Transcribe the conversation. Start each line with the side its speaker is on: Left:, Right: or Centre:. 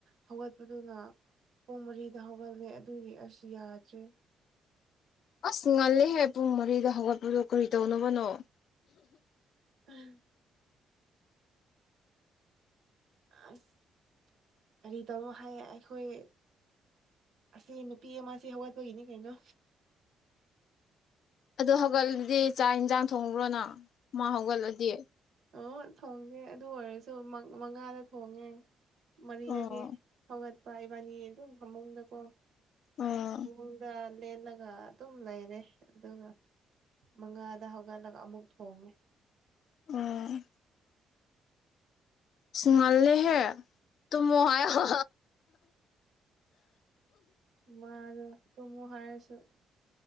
Right: ꯍꯧꯒꯠꯄꯗꯨꯅ ꯄꯨꯡ ꯃꯔꯤꯗ ꯍꯧꯒꯠꯂꯦ ꯑꯗꯨꯒꯤ ꯑꯁ ꯌꯥꯗ꯭ꯔꯦ
Left: ꯑꯁ ꯉꯜꯂꯤꯦꯍꯦ ꯄꯨꯡ ꯃꯔꯤꯗ ꯍꯧꯒꯠꯄꯗꯣ ꯀꯔꯤ ꯇꯧꯅꯕꯅꯣ
Right: ꯎꯝ ꯑꯁ ꯀꯔꯤ ꯇꯧꯔꯣ ꯍꯥꯏ ꯑꯩꯈꯣꯏ ꯑꯁꯤ ꯅꯨꯄꯤ ꯑꯃꯁꯤ ꯍꯧꯒꯠꯄꯒꯤꯅꯤ ꯀꯩꯅꯣ
Left: ꯑꯗꯨ ꯍꯧꯒꯠꯂꯗꯤ ꯆꯥꯛ ꯏꯟꯁꯥꯡ ꯊꯣꯡꯕ꯭ꯔꯣꯅ ꯃꯥ ꯍꯧꯒꯠꯂꯗꯤ
Right: ꯑꯣ ꯊꯣꯡꯗꯦ ꯑꯗꯨ ꯑꯣꯏꯔꯁꯨ ꯃꯉꯥꯗ ꯊꯣꯡꯉꯦ ꯃꯔꯤꯗꯗꯤ
Left: ꯑꯣ
Right: ꯍꯧꯒꯠꯄ ꯏꯕꯥꯟꯅꯤ ꯑꯗꯨꯝ ꯐꯃꯨꯡꯗꯀꯣ
Left: ꯑꯣ
Right: ꯃꯗ ꯂꯦꯜꯂꯒ ꯑꯗꯨꯝ ꯂꯩꯔꯦ ꯑꯗꯨꯒ ꯃꯉꯥꯗ ꯍꯧꯒꯠꯂꯒ ꯑꯃꯨꯛ ꯊꯣꯡꯉꯦ
Left: ꯎꯝ ꯏꯁ ꯉꯜꯂꯦ ꯍꯦ ꯑꯗꯨ ꯑꯣꯏꯔꯁꯨ ꯇꯨꯝꯃꯣ ꯍꯥꯏꯌꯣ
Right: ꯑꯁ ꯃꯥ ꯑꯗꯨ ꯇꯨꯝꯃꯣ ꯍꯥꯏꯔꯁꯨ